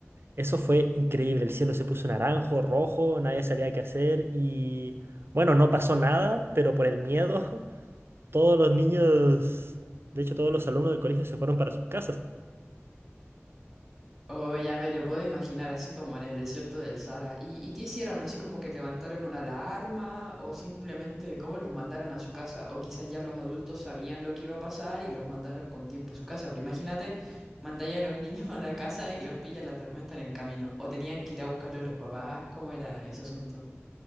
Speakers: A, on the right; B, in the centre.
A: Eso fue increíble. El cielo se puso naranjo, rojo, nadie sabía qué hacer y bueno, no pasó nada, pero por el miedo, <laughs> todos los niños, de hecho todos los alumnos del colegio se fueron para sus casas.
B: Oh, ya me lo puedo imaginar, así como en el desierto del Sahara. ¿Y, y qué hicieron? ¿Así como que levantaron una alarma o simplemente cómo los mandaron a su casa? O quizás ya los adultos sabían lo que iba a pasar y los mandaron con tiempo a su casa. Pero imagínate, mandáis a los niños <laughs> a la casa y los pilla la tormenta en el camino. O tenían que ir a buscarlo a los papás. ¿Cómo era ese asunto